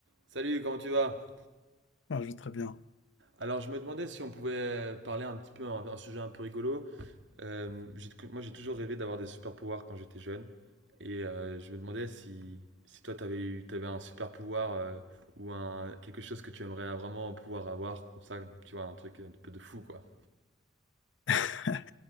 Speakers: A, on the right (about 70°); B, on the left (about 80°).
A: Salut, comment tu vas?
B: Ah, je vais très bien.
A: Alors, je me demandais si on pouvait parler un petit peu, un, un sujet un peu rigolo. Euh, j'ai- moi, j'ai toujours rêvé d'avoir des super pouvoirs quand j'étais jeune. Et euh, je me demandais si, si toi, t'avais eu, t'avais un super pouvoir euh, ou un, quelque chose que tu aimerais vraiment pouvoir avoir, comme ça, tu vois, un truc un peu de fou, quoi.
B: <laughs>